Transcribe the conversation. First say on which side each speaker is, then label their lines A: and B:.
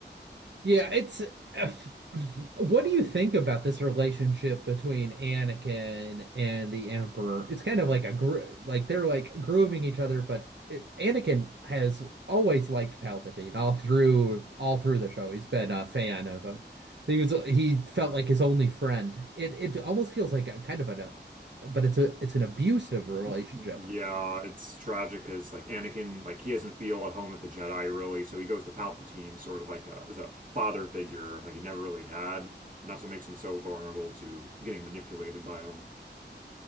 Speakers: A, on the right; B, on the right.
A: Yeah, it's <sighs> <laughs> what do you think about this relationship between Anakin and the Emperor? It's kind of like a gr like they're like grooming each other, but it, Anakin has always liked Palpatine all through all through the show. He's been a fan of him. He was he felt like his only friend. It it almost feels like a kind of an a, but it's a it's an abusive relationship.
B: Y- y- Yeah, it's tragic because like Anakin, like he doesn't feel at home with the Jedi really, so he goes to Palpatine, sort of like a, as a father figure, like he never really had, and that's what makes him so vulnerable to getting manipulated by him.